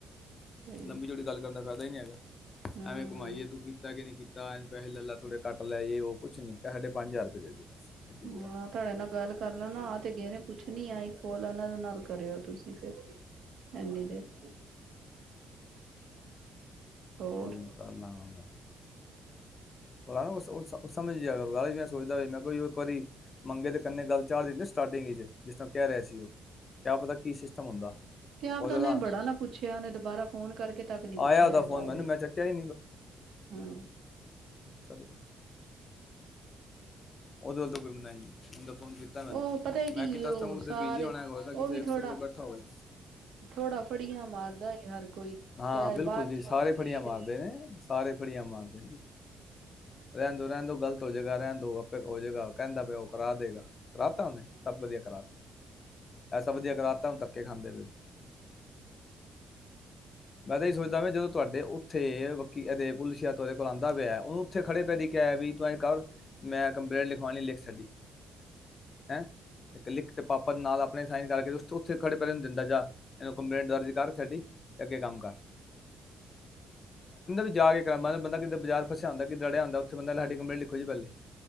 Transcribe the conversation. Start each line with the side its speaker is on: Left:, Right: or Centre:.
Right: ਸਹੀ
Left: ਲੰਬੀ ਜੋੜੀ ਗੱਲ ਕਰਦਾ ਖਦਾ ਹੀ ਨਹੀਂ ਹੈ
Right: ਹੂੰ
Left: ਐਵੇਂ ਕਮਾਈਏ
Right: ਹੂੰ
Left: ਤੂੰ ਕੀਤਾ ਕਿ ਨਹੀਂੀ ਕੀਤਾ ਐ ਪੈਸੇ ਲੈਾ ਥੋੜੇ ਘੱਟ ਲੈ ਜੇ ਉਹ ਕੁਛ ਨੀ ਸਾਡੇ ਪੰਜ ਹਜ਼ਾਰ ਰੁਪਏ ਦੇ ਬਸ ਸਿੱਧੀ
Right: ਹ
Left: ਜੀ ਗੱਲ
Right: ਤੁਹਾਡੇ ਨਾਲ ਗੱਲ ਕਰ ਲੈਣਾ ਆਹ ਤੇ ਗਏ ਨੇ ਕੁਛ ਨੀ ਆਈ ਕੋਲ ਇਹਨਾ ਦੇ ਨਾਲ ਕਰਿਓ ਤੁਸੀਂ ਫਿਰ ਇਨੀ ਦੇਰ ਹੋਰ
Left: ਕੋਈ ਨਹੀਂੀ ਕਰ ਲਾਂਗਾ ਮੈਂ ਥੋੜਾ ਨਾ ਸਮਝ ਗਿਆ ਕਰੋ ਮੈਂ ਸੋਚਦਾ ਮੈਂ ਕੋਈ ਇੱਕ ਵਾਰੀ ਮੰਗੇ ਤੇ ਗੱਲ ਚਝਾੜ ਦਿੰਦੇ ਸਟਾਰਟਿੰਗ ਵਿੱਚ ਜਿਸ ਤਰ੍ਹਾਂ ਕਹਿ ਰਿਹਾ ਸੀ ਉਹ ਕਿਆ ਪਤਾ ਕੀ ਸਿਸਟਮ ਹੁੰਦਾ
Right: ਤੇ ਆਪ
Left: ਉਹਦੇ
Right: ਤਾਂ ਉਹਨੇ
Left: ਨਾਲ
Right: ਬੜਾ ਨਾ ਪੁੱਛਿਆ ਉਹਨੇ ਦੁਬਾਰਾ ਫੋਨ ਕਰਕੇ ਤੱਕ ਨੀ ਪੁੱਛਿਆ
Left: ਆਇਆ ਉਹਦਾ
Right: ਹੈਗਾ
Left: ਫੋਨ ਮੈਨੂੰ ਮੈਂ ਚੱਕਿਆ ਹੀ
Right: ਹਮ
Left: ਚੱਲ ਭਏ ਉਹਦੇ ਵੱਲ ਕੋਈ ਬੰਈ ਹ ਫੋਨ ਕੀਤਾ ਮੈਨੂੰ
Right: ਉਹ ਪਤਾ ਕੀ
Left: ਮੈਂ ਕੀਤਾ
Right: ਉਹ ਸਾਰੇ
Left: ਬਿਜੀ ਹੋਣਾ ਅਫਸ
Right: ਉਹ ਵੀ ਥੋੜਾ
Left: ਕੋਲ ਬੈਠਾ ਹੋਵੇ
Right: ਥੋੜਾ ਫੜੀਆਂ ਮਾਰਦਾ ਏ ਹਰ ਕੋਈ
Left: ਹਾਂ
Right: ਕਹਿ
Left: ਬਿਲਕੁਲ
Right: ਬਾਅਦ
Left: ਜੀ
Right: ਚ
Left: ਸਾਰੇ ਫੜੀਆਂ
Right: ਕਈ
Left: ਮਾਰਦੇ ਨੇ ਸਾਰੇ ੜੀਆਂ ਮਾਰਦੇ ਜ ਰਹਿੰਦਾ ਰਹਿੰ ਦ ਗਲਤ ੋ ਜਗ੍ਹਾ ਰਹਿਣ ਦੋ ਆਪ ਉਹ ਜਗ੍ਹਾ ਕਹਿੰਦਾ ਪਿਆ ਉਹ ਕਰਾ ਦੇਗਾ ਕਰਾ ਤਾ ਉਹਨੇ ਸਭ ਵਧੀਆ ਕਰਾਤਾ ਐਸਾ ਵਧੀਆ ਕਰਾਤਾਾ ਉਹ ਧੱਕੇ ਖਾਂਦੇ ਪ ਉਹ ਮੈਂ ਤਾਂ ਇਹ ਸੋਚਦਾ ਵੀ ਜਦੋਂ ਤੁਹਾਡੇ ਉੱਥੇ ਬਾਕੀ ਇਹਦੇ ਪੁਲਿਸ ਜਾਂਹਾਦੇ ਕੋਲ ਆਉਂਦਾ ਪਿਆ ਓਨੂੰ ਉੱਥੇ ਖੜੇ ਪੈਦੀ ਕ ਵੀ ਤੂੰ ਕਰ ਮੈਂ ਕੰਪਲੇਂਟ ਲਿਖਵਾਉਣੀ ਲਿਖ ਸਾਡੀ ਹੈਂ ਇੱਕ ਲਿਖ ਤੇ ਪਾਪਾ ਨਾਲ ਆਪਣੇ ਸਾਈਨ ਕਰਕੇ ਉਥੇ ਖੜੇ ਪਨੂੰ ਦਿੰਦਾ ਜਾ ਇਹਨੂੰ ਕੰਪਲੇਂਟ ਦਰਜ ਕਰ ਸਾਡੀ ਤੇ ਅੱਗੇ ਕੰਮ ਕਰ ਜਾ ਕੇ ਕਰ ਬੰਦਾ ਕਿੱਾਂ ਬਾਜ਼ਾਰ ਫਸਿਆ ਆਉਂਦਾ ਕਿੱਦਾਂ ਰੜਿਆਉਂਦਾ ਉੱਥੇ ਬੰਦਾ ਸਾਡੀ ਕੰਪਰੇ ਲਿਖੋ ਜੀ ਪਹਿਲੇ